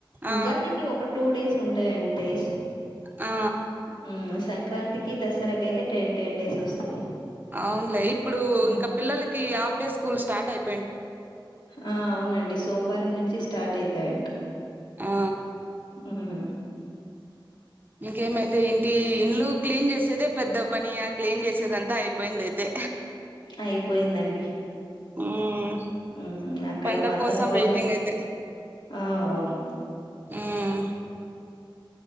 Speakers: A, on the right; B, on the left.
A: ఆ
B: ఉగాదికి ఒక టూ డేస్ ఉంటాయి అంతే
A: ఆ
B: ఉమ్ సంక్రాంతికి దసరాకయితే టెన్ టెన్ డేస్ వస్తాయి
A: అవున్లే ఇప్పుడు
B: హ్మ్.
A: ఇంకా పిల్లలకి హాఫ్ డే స్కూల్ స్టార్ట్ అయిపో
B: ఆ అవునండి సోమ్వారం నుంచి స్టార్ట్ అయితాయంట
A: ఆ
B: ఉ హు హు
A: ఇంకేమైతే ఎంటి ఇల్లు క్లీన్ చేసేదే పెద్ద పని క్లీన్ చేసేదంతా అయిపోయింది అయితే
B: అయిపోయిందండి.
A: ఉమ్
B: హ్మ్ అక్కడ
A: పండగ్
B: మా అత్తమ్మ
A: కోసం
B: వాళ్ళే
A: వెయిటింగ్ అయితే
B: ఆ అవును
A: ఉమ్